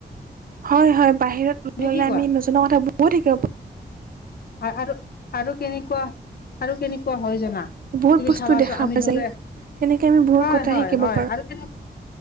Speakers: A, on the right; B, on the left.
A: হয়, হয়, বাহিৰত
B: নে
A: ল'লে
B: কি কোৱা
A: আমি নজনোৱাকে বহুত শিকিব পাৰোঁ
B: আ-আৰু, আৰু কেনেকুৱা, আৰু কেনেকুৱা হয় জানা?
A: বহুত
B: তুমি
A: বস্তু
B: চাবাছো
A: দেখা
B: আমি
A: পোৱা
B: ধৰিলো
A: যায়।
B: এ <unintelligible>
A: তেনেকে আমি বহুত
B: হয়,
A: কথা
B: হয়,
A: শিকিব
B: হয়
A: পাৰোঁ
B: আৰু